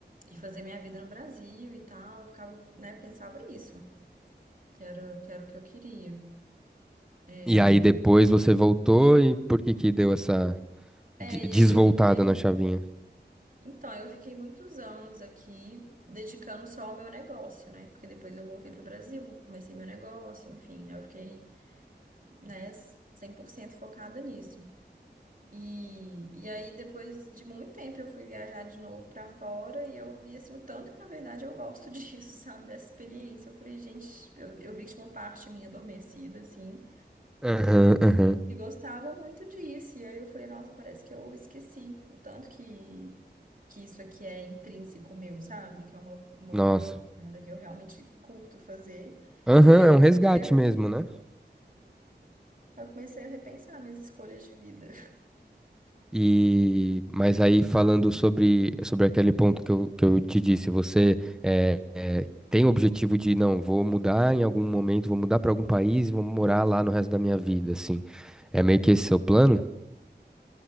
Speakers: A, on the right (about 50°); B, in the centre.
A: e fazer minha vida no Brasil e tal. Eu ficava, né? Pensava isso, que era, que era o que eu queria. É,
B: E aí depois você voltou e por que que deu essa
A: é,
B: de- desvoltada
A: e aí eu fiquei.
B: na chavinha?
A: Então, eu fiquei muitos anos aqui dedicando só ao meu negócio, né? Porque depois eu voltei para o Brasil, comecei meu negócio, enfim, aí eu fiquei, né, 100% focada nisso. E, e aí, depois de muito tempo, eu fui viajar de novo para fora e eu vi, assim, o tanto que, na verdade, eu gosto <laughs> disso, sabe? Dessa experiência. Eu falei, gente, eu, eu vi que tinha uma parte minha adormecida, assim.
B: Aham, aham.
A: E gostava muito disso. E aí eu falei, nossa, parece que eu esqueci o tanto que, que isso aqui é intrínseco meu, sabe? Que é uma, uma,
B: Nossa.
A: uma parada que eu realmente curto fazer.
B: Aham,
A: E aí
B: é
A: eu comecei
B: um resgate
A: a,
B: mesmo, né?
A: eu comecei a repensar minhas escolhas de vida.
B: E, mas aí falando sobre, sobre aquele ponto que eu, que eu te disse, você eh, eh, tem o objetivo de, não, vou mudar em algum momento, vou mudar para algum país e vou morar lá no resto da minha vida, assim. É meio que esse seu plano?